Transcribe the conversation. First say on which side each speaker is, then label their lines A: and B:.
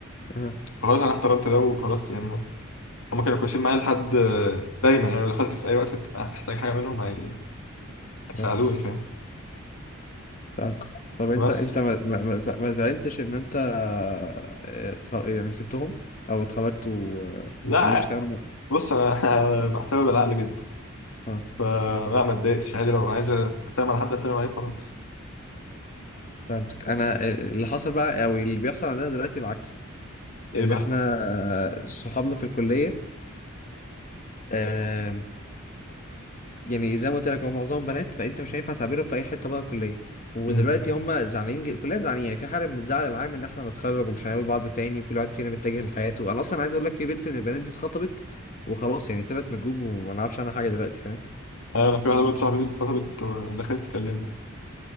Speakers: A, on the left (about 40°); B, on the left (about 80°).
A: آه،
B: خلاص انا احترمت ده وخلاص يعني هما كانوا كويسين معايا لحد دايما يعني لو دخلت في اي وقت احتاج حاجه منهم هي- هيساعدوني
A: فاهم
B: فاهم
A: فاهم طب انت
B: بس
A: <laughs> انت ما ما ما زع- ما زعلتش ان انت آه، اتخ- يعني سبتهم او اتخرجت و-
B: لا
A: وما كملتش كلام
B: بص انا <laughs> أنا بحسبها بالعقل جدا
A: اه
B: فلا ما اتضايقتش عادي لو عايز اسلم على حد اسلم عليه خلاص
A: فهمتك انا آه، اللي حصل بقى او اللي بيحصل عندنا دلوقتي العكس لان
B: ايه بقى
A: احنا آه، صحابنا في الكليه آم، يعني زي ما قلت لك هم معظمهم بنات فانت مش هينفع تعبيرهم في اي حته بره الكليه ودلوقتي
B: امم
A: هم زعلانين جد- كلنا زعلانين يعني في حاله من الزعل العام ان احنا هنتخرج ومش هنقابل بعض تاني وكل واحد فينا بيتجه لحياته انا اصلا عايز اقول لك في بنت من البنات دي اتخطبت وخلاص يعني طلعت من الجروب وما نعرفش عنها حاجه دلوقتي فاهم
B: انا في واحده برضه صاحبتي اتخطبت ودخلت تكلمني